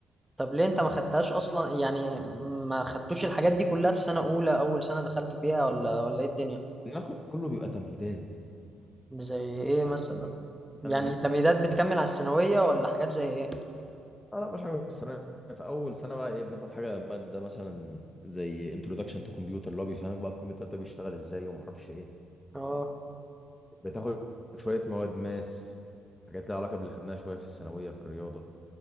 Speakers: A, in the centre; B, on the left.
A: طب ليه انت ما خدتهاش اصلا يعني ما خدتوش الحاجات دي كلها في سنة اولى اول سنة دخلتوا فيها ولا ولا ايه الدنيا
B: ان اخد كله بيبقى تمهيدات
A: زي ايه مثلا
B: يعني
A: يعني
B: السنه دي
A: تمهيدات بتكمل على الثانوية ولا حاجات زي ايه
B: اه لا مش حاجه السنه في اول سنه بقى ايه بناخد حاجه ماده مثلا زي انتروداكشن تو كمبيوتر اللي هو بيفهمك بقى الكمبيوتر ده بيشتغل ازاي وما اعرفش ايه
A: اه
B: بتاخد شويه مواد ماس حاجات لها علاقه باللي خدناها شويه في الثانويه في الرياضه